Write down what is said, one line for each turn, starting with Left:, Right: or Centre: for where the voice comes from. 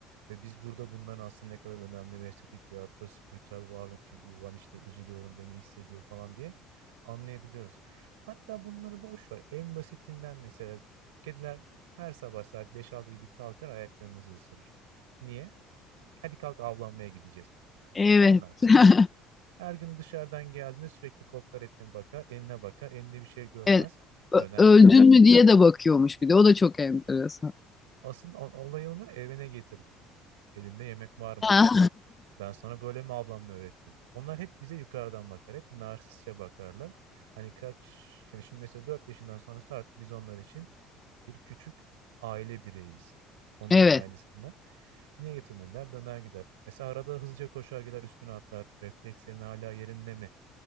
Right: Ve biz burada bunların aslında ne kadar önemli ve estetik ve hatta spiritüel varlık, şu ulan işte üzülüyorum beni hissediyor falan diye anlayabiliyoruz. Hatta bunları boş ver. En basitinden mesela kediler her sabah saat beş altı gibi kalkar ayaklarımızı ısırır. Niye? Hadi kalk avlanmaya gideceğiz.
Left: Evet.
Right: Sonra
Left: <laughs>
Right: her gün dışarıdan geldiğinde sürekli koklar etine bakar, eline bakar, elinde bir şey görmez,
Left: Evet. Ö-
Right: döner
Left: Öldün
Right: gider.
Left: mü diye de bakıyormuş bir de. O da çok enteresan.
Right: Asıl o- olayı onu evine getirdi. Elinde yemek var mı?
Left: Ha,
Right: Ben sana böyle mi avlanma öğrettim? Onlar hep bize yukarıdan bakar. Hep narsistçe bakarlar. Hani kaç, yani şimdi mesela 4 yaşından sonrası artık biz onlar için bir küçük aile bireyiz. Onların
Left: <laughs> Evet.
Right: ailesinden. Niye getirmediler? Döner gider. Mesela arada hızlıca koşar gider üstüne atlar. Reflekslerin hala yerinde mi